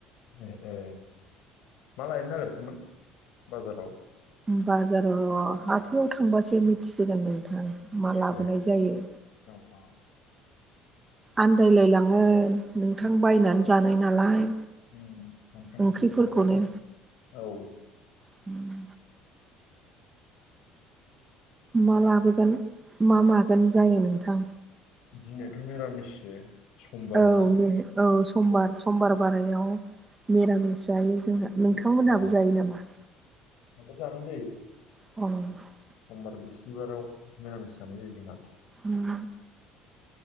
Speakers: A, on the left (about 70°); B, on the right (about 15°).
A: ए ए मा लायनो नागिरखोमोन बाजाराव?
B: बाजाराव हाथायाव थांबासो मिथिसिगोन नोंथां मा लाबोनाय
A: ए
B: जायो।
A: औ औ
B: आन्दायलायलाङो नोंथां बायनानै जानाय नालाय
A: ओम सानफ्रामबो
B: ओंख्रिफोरखौनो
A: सानफ्रामबो औ
B: <inaudible> मा लाबोगोन मा मागोन जायो नोंथां
A: दिनैथ' मिरामिससो समबार
B: औ
A: ना
B: औ समबार समबार बारायाव मिरामिस जायो जोंहा नोंथांमोनहाबो
A: औ
B: जायो नामा
A: जानाय जायो
B: अह
A: समबार बिस्थिबाराव निरामिस जानाय जायो जोंहा
B: उम